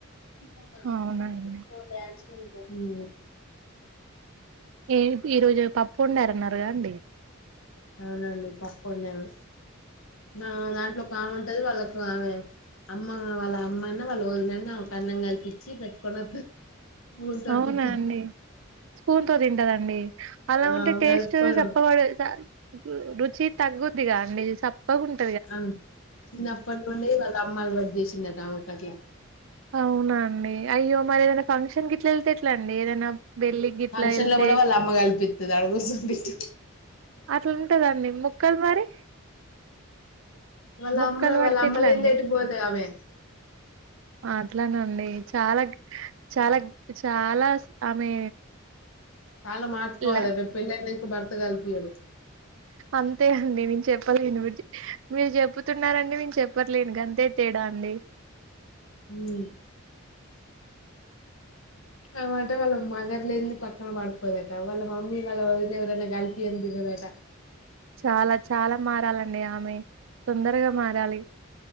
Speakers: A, on the left; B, on the right.
A: ఒక
B: అవునండి
A: మా బ్యాచ్ లో ఇంకొక ఊ
B: ఏంటి ఈరోజు పప్పు వండా అన్నారుగా అండి
A: అవునండి పప్పు వండాను మా దాంట్లో బాగుంటది వాళ్ళకు ఆమె అమ్మ వాళ్ళ అమ్మన్న వాళ్ళ వదినన్న అన్నం కలిపి ఇచ్చి పెట్టుకుని వత్తాది
B: అవునా
A: <unintelligible>
B: అండి స్పూన్ తో తింటాడండి అలా
A: ఆ
B: ఉంటే టేస్ట్
A: కలుపుకోవడం
B: చప్పబడు కు రుచి తగ్గుద్దిగా అండి చప్పకుంట
A: ఆ చిన్నప్పటినుండి వాళ్ళ అమ్మ అలవాటు చేసిందట ఆమెకు అట్లా
B: అవునా అండి అయ్యో మరి ఏదైనా ఫంక్షన్ గిట్లా వెళ్తే ఎట్ల అండి ఏదైనా పెళ్లి గిట్లా
A: ఫంక్షన్
B: వెళ్తే
A: లో వాళ్ళ అమ్మ కలిపిత్తది ఆడ కూర్చొబెట్టి
B: అట్లుదండి ముక్కలు మరి
A: వాళ్ళ
B: ముక్కలు
A: అమ్మ వాళ్ళ
B: పడితే
A: అమ్మ
B: ఎట్లా
A: లేనిది
B: అండి
A: ఎటు పోదు అమె
B: అట్లానండి చాలా చాలా చాలా ఆమె
A: చాలా మార్చకోవాలి
B: లా
A: రేపు పెళ్ళి అయ్యినంకా భర్త కలిపియడు
B: అంతే అండి నేను చెప్పలేను మీరు చెప్పుతున్నారండి నేను చెప్పట్లేదు అంతే తేడా అండి
A: ఊ ఆ మాట వాళ్ళ మదర్ లేనిది త పక్కన పడుకోదట వాళ్ళ మమ్మీ వాళ్ళ వదినా ఎవరైనా కలిపియనిది తినదు ఆట
B: చాలా చాలా మారాలండి ఆమె తొందరగా మారాలి